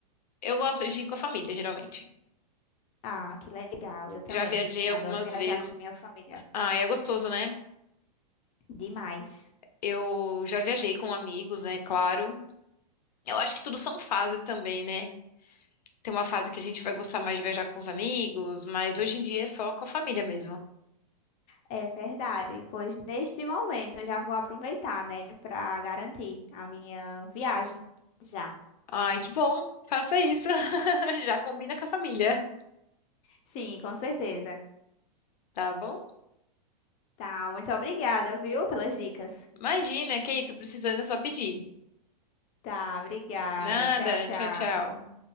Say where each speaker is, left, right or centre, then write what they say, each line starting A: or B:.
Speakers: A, on the left; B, on the left.
A: Eu gosto de ir com a família, geralmente.
B: Ah, que legal, eu também.
A: Já viajei
B: Adoro
A: algumas
B: viajar
A: vezes.
B: com minha família.
A: Ah, é gostoso, né?
B: Demais.
A: Eu já viajei com amigos, né? Claro. Eu acho que tudo são fases também, né? Tem uma fase que a gente vai gostar mais de viajar com os amigos, mas hoje em dia é só com a família mesmo.
B: É verdade, pois neste momento eu já vou aproveitar, né, para garantir a minha viagem. Já.
A: Ai, que bom. Faça isso. <laughs> Já combina com a família,
B: Sim, com certeza.
A: tá bom?
B: Tá, muito obrigada, viu, pelas dicas.
A: Imagina, que isso, precisando é só pedir.
B: Tá, obrigada.
A: Nada,
B: Tchau, tchau.
A: tchau, tchau.